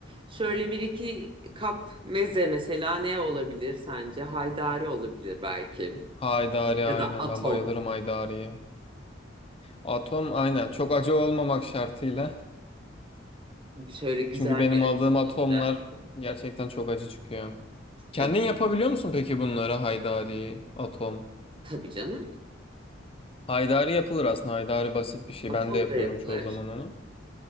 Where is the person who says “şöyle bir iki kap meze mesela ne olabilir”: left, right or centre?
Right